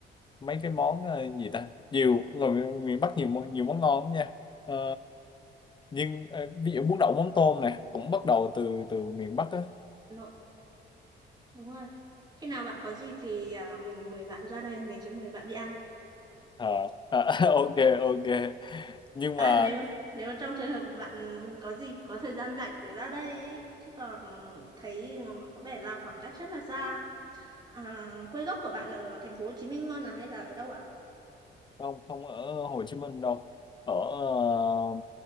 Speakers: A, on the left (about 25°); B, on the right (about 20°).
A: mấy cái món ờ, gì ta nhiều ngoài miền miền Bắc nhiều món- nhiều món ngon lắm nha Ờ, nhưng ờ, ví dụ bún đậu mắm tôm này cũng bắt đầu từ từ miền Bắc á
B: nội đúng rồi. Khi nào bạn có dịp thì à, mình mời bạn ra đây, mình sẽ mời bạn đi ăn.
A: Ờ, ờ, <laughs> ok ok nhưng
B: À,
A: mà
B: nếu nếu trong trường hợp bạn có dịp có thời gian rảnh để ra đây ý, chứ còn thấy ừ, có vẻ là khoảng cách rất là xa. À, quê gốc của bạn là ở thành phố Hồ Chí Minh luôn à hay là ở đâu ạ?
A: không không ở Hồ Chí Minh đâu ở ờ,